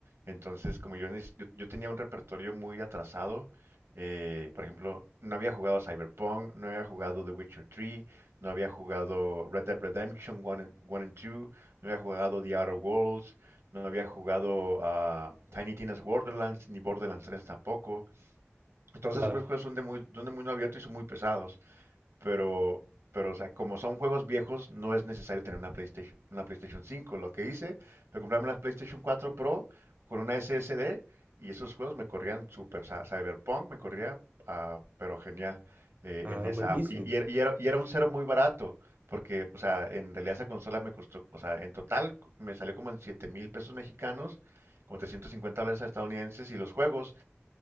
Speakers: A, on the right; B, on the right.
A: Entonces, como yo, neces- yo, yo tenía un repertorio muy atrasado, eh, por ejemplo, no había jugado Cyberpunk, no había jugado The Witcher 3, no había jugado Red Dead Redemption 1 and 2, no había jugado The Outer Worlds, No había jugado a Tiny Tina's Borderlands ni Borderlands 3 tampoco. Entonces,
B: Claro.
A: esos juegos son de muy, son de muy abierto y son muy pesados. Pero, pero, o sea, como son juegos viejos, no es necesario tener una PlayStation, una PlayStation 5. Lo que hice fue comprarme una PlayStation 4 Pro con una SSD y esos juegos me corrían súper. o sea, Cyberpunk me corría, ah, pero genial eh,
B: Ah,
A: en esa
B: buenísimo.
A: app. Y, y era, y era- y era un cero muy barato, porque, o sea, en realidad esa consola me costó, o sea, en total me salió como en siete mil pesos mexicanos, como 350 dólares estadounidenses y los juegos.